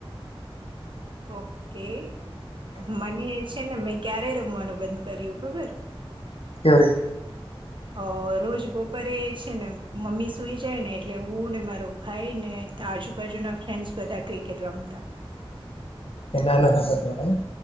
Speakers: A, on the right; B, on the left.
A: ઓકે મને છે ને મે. ક્યારે રમવાનું બંધ કર્યું ખબર.
B: કેરી.
A: અ રોજ બપોરે છે ને મમ્મી સુઈ જાય ને એટલે હું ને મારો ભાઈને આજુબાજુના ફ્રેન્ડ્સ બધા ક્રિકેટ રમતા.
B: <inaudible> એ નાના
A: તો
B: હતા ત્યારેને.